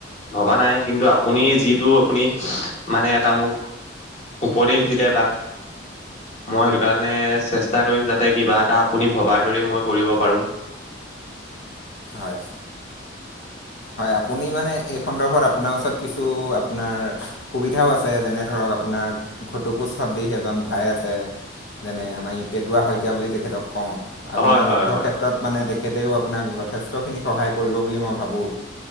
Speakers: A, on the left; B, on the left.
A: ভবা নাই, কিন্তু আপুনি যিটো আপুনি মানে এটা মোক উপদেশ দিলে বা মই সেইটো কাৰণে চেষ্টা কৰিম যাতে কিবা এটা আপুনি ভবাৰ দৰেই মই কৰিব পাৰোঁ।
B: হয় হয়, আপুনি মানে এই সন্দৰ্ভত আপোনাৰ ওচৰত কিছু আপোনাৰ সুবিধাও আছে, যেনে ধৰক আ আপোনাৰ <unintelligible> এজন ভাই আছে। যেনে আমাৰ ই পেটুৱা শইকীয়া বুলি তেখেতক কওঁ। আপোনাৰ
A: হয় হয়
B: যুদ্ধ
A: হয়
B: ক্ষেত্ৰত মানে তেখেতেও আপোনাক যথেষ্টখিনি সহায় কৰিব বুলি মই ভাবোঁ।